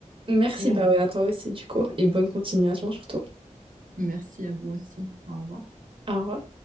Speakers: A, on the right; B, on the right.
A: Merci,
B: et
A: bah
B: on-
A: ouais, à toi aussi, du coup, et bonne continuation surtout.
B: merci à vous aussi. Au revoir.
A: Au revoir.